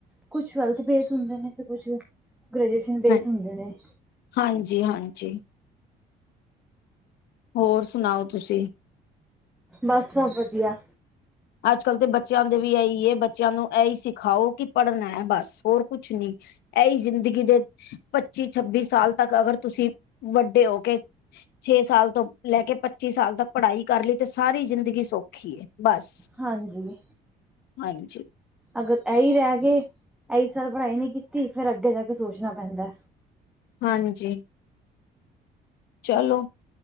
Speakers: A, in the centre; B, on the left.
A: ਕੁਛ ਗਲਤ ਬੇਸ ਹੁੰਦੇ ਨੇ ਤੇ ਕੁਛ ਗ੍ਰੇਜੂ਼ਏਸ਼ ਬੇਸ
B: ਹਾਂ
A: ਹੁੰਦੇ ਨੇ।
B: ਹਾਂਜੀ- ਹਾਂਜੀ। ਹੋਰ ਸੁਣਾਓ ਤੁਸੀਂ?
A: ਬੱਸ ਸਬ ਵਧੀਆ।
B: ਅੱਜ-ਕੱਲ੍ਹ ਤੇ ਬੱਚਿਆਂ ਦੇ ਵੀ ਇਹੀ ਏ, ਬੱਚਿਆਂ ਨੂੰ ਇਹੀ ਸਿਖਾਓ ਕਿ ਪੜ੍ਹਨਾ ਐ ਬਸ, ਹੋਰ ਕੁਛ ਨੀ। ਐਈ ਜ਼ਿੰਦਗੀ ਦੇ ਪੱਚੀ- ਛੱਬੀ ਸਾਲ ਤੱਕ ਅਗਰ ਤੁਸੀਂ ਵੱਡੇ ਹੋ ਕੇ ਛੇ ਸਾਲ ਤੋਂ ਲੈ ਕੇ ਪੱਚੀ ਸਾਲ ਤੱਕ ਪੜ੍ਹਾਈ ਕਰ ਲਈ ਤੇ ਸਾਰੀ ਜ਼ਿੰਦਗੀ ਸੌਖੀ ਏ, ਬਸ।
A: ਹਾਂਜੀ।
B: ਹਾਂਜੀ।
A: ਅਗਰ ਐਈ ਰਹਿ ਗੇ, ਇਹੀ ਸਾਲ ਪੜ੍ਹਾਈ ਨਹੀਂ ਕੀਤੀ ਫੇਰ ਅੱਗੇ ਜਾ ਕੇ ਸੋਚਣਾ ਪੈਂਦਾ।
B: ਹਾਂਜੀ। ਚਾਲੋ,